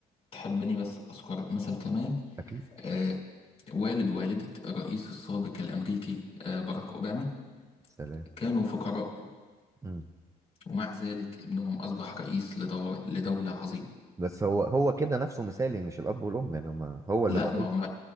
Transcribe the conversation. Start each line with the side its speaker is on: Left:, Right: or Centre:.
Left: تحبني بس أذكر مثل كمان
Right: اكيد
Left: آه والد ووالدة الرئيس السابق الأمريكي آه باراك أوباما
Right: سلام
Left: كانوا فقراء
Right: مم.
Left: ومع ذلك ابنهم أصبح رئيس لدور لدولة عظيمة
Right: بس هو هو كده نفسه مثالي مش الاب والام يعني هما هو اللي
Left: لا
Right: بقى
Left: ما
Right: رئيس
Left: هم